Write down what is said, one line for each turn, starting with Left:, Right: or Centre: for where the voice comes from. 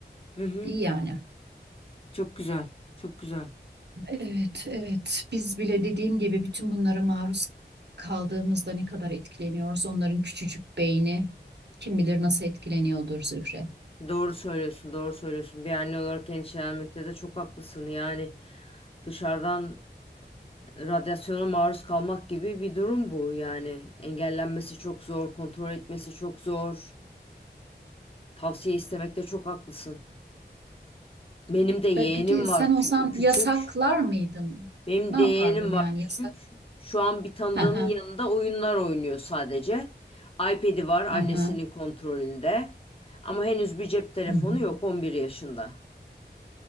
Left: Hı hı.
Right: İyi yani.
Left: Çok güzel. Çok güzel.
Right: Evet, evet. Biz bile dediğim gibi bütün bunlara maruz kaldığımızda ne kadar etkileniyoruz? Onların küçücük beyni kim bilir nasıl etkileniyordur Zühre.
Left: Doğru söylüyorsun, doğru söylüyorsun. Bir anne olarak endişelenmekte de çok haklısın. Yani dışarıdan radyasyona maruz kalmak gibi bir durum bu yani. Engellenmesi çok zor, kontrol etmesi çok zor. Tavsiye istemekte çok haklısın. Benim de yeğenim
Right: Pe- Peki sen
Left: var kü-
Right: olsan
Left: küçük.
Right: yasaklar mıydın?
Left: Benim
Right: Ne
Left: de
Right: yapardın
Left: yeğenim var
Right: yani
Left: küçük.
Right: yasak?
Left: Şu an bir tanıdığının
Right: <laughs>
Left: yanında oyunlar oynuyor sadece. iPad'i var annesinin
Right: Aha,
Left: kontrolünde. Ama henüz bir cep telefonu
Right: hı hı.
Left: yok On bir yaşında.